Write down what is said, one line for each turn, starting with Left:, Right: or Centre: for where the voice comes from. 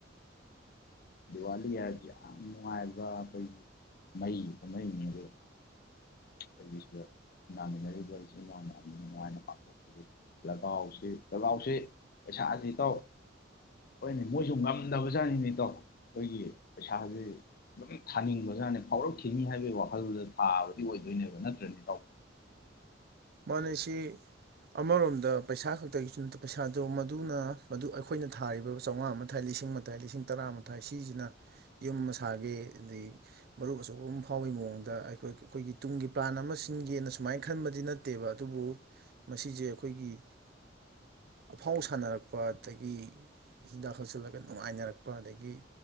Left: ꯗꯤꯋꯥꯂꯤ ꯍꯥꯏꯔꯕꯁꯤ ꯌꯥꯝ ꯅꯨꯡꯉꯥꯏꯕ ꯑꯩꯈꯣꯏꯒꯤ ꯃꯩ ꯀꯨꯝꯍꯩꯅꯦ ꯑꯗꯨꯒ ꯁꯤꯒꯤꯁꯤꯗ <inaudible> ꯅꯥꯃꯤꯟꯅꯔꯤꯕ ꯏꯆꯤꯟꯜ ꯏꯅꯥꯎ ꯃꯌꯥꯝꯅ ꯅꯨꯡꯉꯥꯏꯅ ꯄꯥꯡꯊꯣꯛꯄꯒꯤ ꯂꯒꯥꯎꯁꯤ ꯂꯒꯥꯎꯁꯤ ꯄꯩꯁꯥꯁꯤ ꯏꯇꯥꯎ ꯍꯣꯏꯅꯦ ꯃꯣꯏꯁꯨ ꯉꯝꯗꯕꯖꯥꯠꯅꯤꯅꯦ ꯏꯇꯥꯎ ꯑꯩꯈꯣꯏꯒꯤ ꯄꯩꯁꯥꯁꯤ ꯑꯗꯨꯝ ꯊꯥꯅꯤꯡꯕꯖꯥꯠꯅꯤ ꯐꯥꯎꯔꯛꯈꯤꯅꯤ ꯍꯥꯏꯕꯒꯤ ꯋꯥꯈꯜꯗ ꯊꯥꯕꯗꯤ ꯑꯣꯏꯗꯣꯏꯅꯦꯕ ꯅꯠꯇ꯭ꯔꯅꯤ ꯇꯥꯎ <inaudible>
Right: ꯃꯅꯩꯁꯤ ꯑꯃꯔꯣꯝꯗ ꯄꯩꯁꯥ ꯈꯛꯇꯒꯤꯁꯨ ꯅꯠꯇ ꯄꯩꯁꯥꯗꯣ ꯃꯗꯨꯅ ꯃꯗꯨ ꯑꯩꯈꯣꯏꯅ ꯊꯥꯔꯤꯕ ꯆꯥꯝꯃꯉꯥ ꯃꯈꯥꯏ ꯂꯤꯁꯤꯡ ꯑꯃꯥꯏ ꯂꯤꯁꯤꯡ ꯇꯔꯥꯃꯊꯥꯏ ꯁꯤꯁꯤꯅ ꯌꯨꯝ ꯑꯃ ꯁꯥꯒꯦ ꯑꯗꯗꯒꯤ ꯃꯔꯨꯞ ꯑꯆꯧꯕ ꯑꯃ ꯐꯥꯎꯏ ꯃꯑꯣꯡꯗ ꯑꯩꯈꯣꯏ ꯑꯩꯈꯣꯏꯒꯤ ꯇꯨꯡꯒꯤ ꯄ꯭ꯂꯥꯟ ꯑꯃ ꯁꯤꯟꯒꯦꯅ ꯁꯨꯃꯥꯏꯅ ꯈꯟꯕꯗꯤ ꯅꯦ ꯅꯠꯇꯦꯕ ꯑꯗꯨꯕꯨ ꯃꯁꯤꯁꯦ ꯑꯩꯈꯣꯏꯒꯤ ꯑꯐꯥꯎ ꯁꯥꯟꯅꯔꯛꯄ ꯑꯗꯒꯤ ꯍꯤꯗꯥꯛ ꯍꯥꯛꯆꯤꯜꯂꯒ ꯅꯨꯡꯉꯥꯏꯅꯔꯛꯄ ꯑꯗꯒꯤ